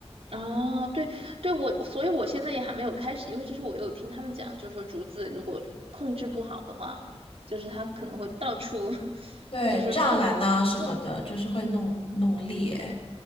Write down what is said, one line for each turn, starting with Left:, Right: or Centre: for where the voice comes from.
Right: 啊，对对，我所以我现在也还没有开始，因为就是我有听他们讲，就是说竹子如果控制不好的话，就是它可能会到处 <laughs>
Left: 对，
Right: 就是乱
Left: 栅栏呐、什么的，
Right: 乱
Left: 就是会弄弄裂。